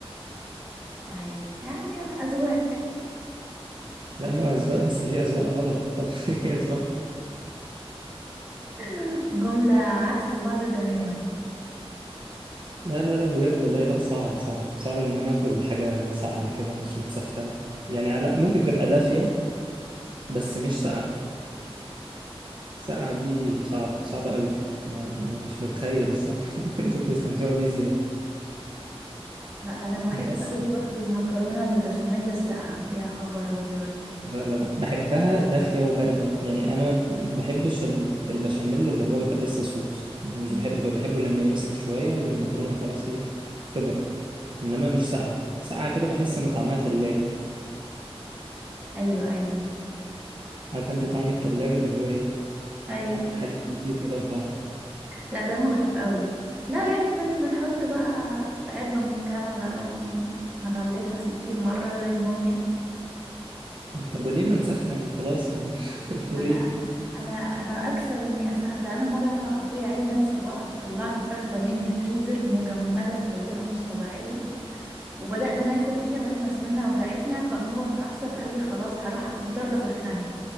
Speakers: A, on the right (about 15°); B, on the right (about 50°).
A: مش عارف يعني أذواق
B: لا ما هو اذواق بس في اذواق غلط طب <laughs> ايه اذواق
A: <laughs> جملة عكس بعض تماما
B: لا لا لا بجد والله لا صعب صعب صعب ان انا اكل حاجه ساقعه كده مش متسخنه يعني على ممكن تبقى دافيه بس مش ساقعه ساقعه دي صعبه صعبه قوي ما يعني مش متخيل الصراحه <laughs> انتوا بتستمتعوا بيه ازاي
A: لا ده انا بحب
B: بحس
A: قوي برضو المكرونه البشاميل الساقعه يا خبر ابيض
B: لا لا لا بحبها دافيه وبارده يعني انا ما بحبش ال- البشاميل اللي هو يبقى لسه صوص أنا مش
A: مم.
B: بحبه كده بحبه لما يمسك شويه والمكرونه خلاص ايه تبرد انما مش ساقعه ساقعه كده بحس ان طعمها تلاجة
A: ايوه ايوه
B: عارفه انت طعم التلاجة اللي هو ايه
A: ايوه
B: مع حاجات كتير كده في بعض
A: لا ده مقرف قوي لا يعني بن بنحط بقى في علبه محكمه بقى ونغلفها ستين مره زي الموميا
B: طب وليه ما نسخن وخلاص يعني <laughs> انتوا
A: لا انا
B: ليه
A: انا أنا اكسل اني اسخ ده انا مره انا واخويا عندنا في بعض طلعنا فراخ بانيه من الفريزر مجمده بطريقه مش طبيعيه وبدأنا ناكل فيها لغاية ما أسناننا وجعتنا فما هو اتعصب قال لي خلاص هروح مضطرة أسخنها